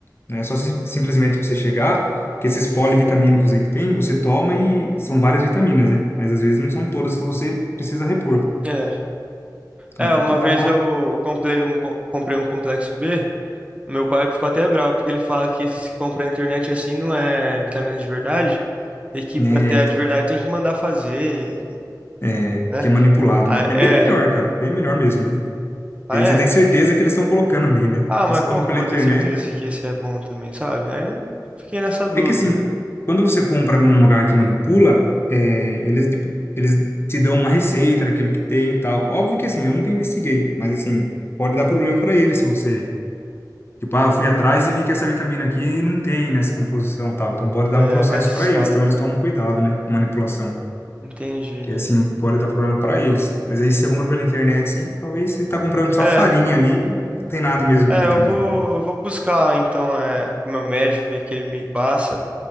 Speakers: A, on the left (about 35°); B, on the right (about 15°).
A: Não é só si- simplesmente você chegar, porque esses polivitamínicos aí que tem, você toma e são várias vitaminas, né? Mas às vezes não são todas que você precisa repor.
B: É.
A: Então
B: É,
A: tem
B: uma
A: que dar
B: vez
A: uma,
B: eu comprei um, co- comprei um complexo B, meu pai ficou até bravo, porque ele fala que esses que compram na internet assim não é vitamina de verdade. E que
A: né,
B: pra ter
A: então,
B: a de verdade tem que mandar fazer,
A: é,
B: né?
A: que é manipulado,
B: Ah,
A: né? É
B: é.
A: bem melhor, cara, bem melhor mesmo, viu? Porque
B: Ah,
A: aí
B: é?
A: você tem certeza que eles estão colocando ali, né?
B: Ah,
A: Quando
B: mas
A: você
B: como
A: compra
B: que
A: pela
B: eu vou
A: internet,
B: ter certeza que esse é bom também, sabe? Aí eu fiquei nessa dúvida.
A: é que assim, quando você compra num lugar que manipula, é, eles de- eles te dão uma receita daquilo que tem e tal. Óbvio que assim, eu nunca investiguei, mas assim, pode dar problema para eles se você Tipo, ah, eu fui atrás e vi que essa vitamina aqui não tem nessa composição, e tal. Então bora dar
B: É,
A: um processo
B: mais escada,
A: para eles. Então eles
B: né?
A: tomam cuidado, né, com manipulação.
B: Entendi.
A: Que assim pode dar problema para eles. Mas aí se você compra pela internet, sim, talvez você tá comprando só
B: É,
A: farinha ali, e não tem nada mesmo
B: é,
A: de vitamina.
B: eu vou,
A: né?
B: eu vou buscar então é, com o meu médico, ver o que ele me passa.